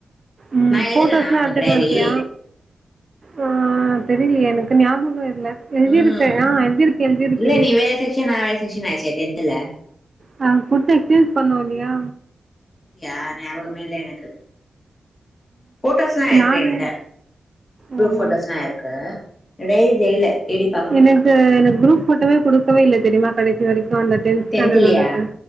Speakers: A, on the right (about 45°); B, on the left (about 30°).
A: ம்
B: நா
A: ஃபோட்டோஸ்லா
B: எழுதுனனா ஒனக்கு
A: எடுத்துட்டு
B: டைரி
A: வன்ட்டியா ஆ தெரியலையே எனக்கு ஞாபகோ இல்ல எழுதிருப்பே
B: ம்
A: ஆ எழுதிருக்க எழுதிருக்க
B: இல்ல நீ வேற செக்ஷன் நான் வேற செக்ஷன் ஆச்சே டென்த்ல
A: நா குடுத்து கில்ஸ் பண்ணோ இல்லையா
B: யார் ஞாபகமு இல்ல எனக்கு ஃபோட்டோஸ்லா இருக்கு
A: யாரு
B: என்கிட்ட குரூப்
A: ஓஹோ
B: ஃபோட்டோஸ்லா இருக்கு இடய் ஜெயில்ல தேடி பாக்கணு
A: எனக்கு எனக்கு குரூப் ஃபோட்டோவே குடுக்கவே இல்ல தெரியுமா கடைசி வரைக்கு அந்த டென்த் ஸ்டாண்டர்ட்க்குல்லது
B: டென்த்லயா